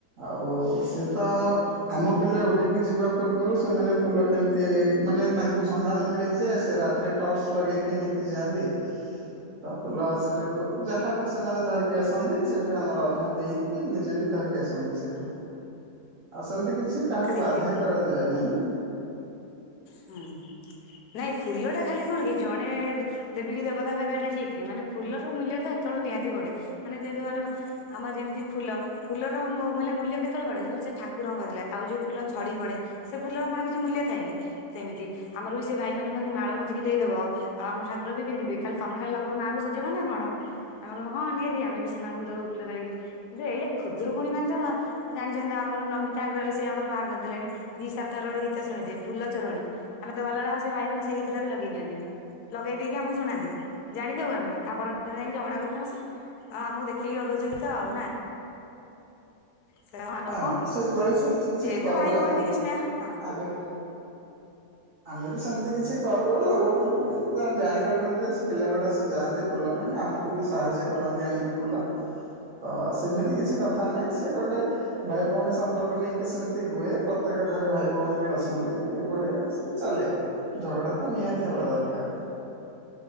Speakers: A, on the right (about 60°); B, on the left (about 75°).
A: ଆଉ ସେ ତ ଆମ ପିଲା ଉଠିକି ଯିବା ପୂର୍ବରୁ ସେମାନେ ଫୁଲ କେମିତି ମାନେ ତାଙ୍କୁ ସନ୍ଧାନ ମିଳିଛି ଯେ ସେ ରାତିରେ ଟର୍ଚ ଲଗେଇକି ନେଇକି ଯାଆନ୍ତି। ତା ଫୁଲ ସେଠୁ ଯାହାବି ସେମାନେ ଧରିକି ଆସନ୍ତି ସେଠି ଆମର ଅଧା ଦେଇକି କିଏ ନିଜେ ବି ଧରିକି ଆସନ୍ତି ସେଇଠୁ ଆଉ ସେମିତି କିଛି କାହାକୁ
B: ସେଥିପାଇଁ
A: ବାଧ୍ୟ କରାଯାଏ ନାହିଁ।
B: ହୁଁ ନାଇଁ ଫୁଲ ଟା ଖାଲି କଣ କି ଜଣେ ଦେବୀ ଦେବତା ପାଇବା ଏଟା ଠିକ୍ ମାନେ ଫୁଲର ମୂଲ୍ୟ ତ ସେତେଳଳେ ନିହାତି ପଡେ ମାନେ ଯେହେତୁ ମାନେ ଆମ ଯେମିତି ଫୁଲ। ଫୁଲର ମାନେ ମୂଲ୍ୟ କେତେବେଳେ ପଡେ ଯୋ ସେ ଠାକୁରଙ୍କୁ କତିଲେ। ଆଉ ଯଉ ଫୁଲ ଝଡି ପଡେ ସେ ଫୁଲର କଣ କିଛି ମୂଲ୍ୟ ଥାଏ କି? ସେମିତି ଆମର ବି ସେ ଭାଇ ମାନେ କୁହନ୍ତି ମାଳ ଗୁଞ୍ଚିକି ଦେଇଦବ। ଆଉ ଆମ ଠାର ବି ପିନ୍ଧିବେ। ଖାଲି ତମେ ଖାଲି ଲଗେଇିବ ମାଁ ଙ୍କୁ ସଜେଇବନା କଣ? ଆମକଇମୁ ହଁ, ନିହାତି ଆମେ ବି ସେମାନଙ୍କୁ ଦଉ ଫୁଲ ତୋଳିକି। କିନ୍ତୁ ଏଇଆ ଖୁଦରୁକୁଣି ମାନେ ତ ଆଉ ଜାଣିଛନ୍ତି ଆମର ନମିତା ଅଗ୍ରୱାଲ ସେ ଆମର ବାହାର କରିଦେଲେଣି। ଜି ସାର୍ଥକ ରେ ଗୋଟେ ଗୀତ ଶୁଣିଥିବେ ଫୁଲ ଚୋରଣୀ। ଆମେ ତ ଗଲାବେଳେ ସେ ଭାଇମାନେ ସେଇ ସେଟା ବି ଲଗେଇ ଦିଅନ୍ତିନି। ଲଗେଇ ଦେଇକି ଆମକୁ ଶୁଣନ୍ତି। ଜାଣି ଦଉ ଆମେ। ତା ପରଦିନ ଯାଇକି ଝଗଡା କରୁ ତାଙ୍କ ସହ। ଆଉ ଆମକୁ ଦେଖିକି ଲଗେଇଚ ଗୀତ ଆଉ ନା? ସେ
A: ଆମେ
B: କଣ
A: ବି
B: କି
A: ସେଇଭଳି ସେମିତି କିଛି
B: ଯେହେତୁ
A: କରୁ
B: ଭାଇ ଭଉଣୀ
A: ଆମ।
B: ଟିକେ ସ୍ନେହ ହଁ।
A: ଆମେ ବି ଆମେ ବି ସେମିତି କିଛି କରୁ ଲଗାଉଥିଲୁ କିନ୍ତୁ ଜାଣିଗଲୁଣି ଯେ ପିଲା ଗୁଡା ସେ ଯାଆନ୍ତି। ଫୁଲ ପାଇଁ ଆମକୁ ବି ସାହାଯ୍ୟ କରନ୍ତି ଆଣିକି ଫୁଲ। ତ ସେମିତି କିଛି କଥା ନାହିଁ। ସେ ଗୋଟେ ଭାଇ ଭଉଣୀ ସମ୍ପର୍କ ନେଇକି ସେମିତି ହୁଏ। ପ୍ରତ୍ୟେକ ଘରେ ଭାଇ ଭଉଣୀ ବି ଅଛନ୍ତି। ଏଇଭଳିଆ ଉଁ ଚାଲେ ଝଗଡ଼ା ତ ନିହାତି ହବା ଦରକାର।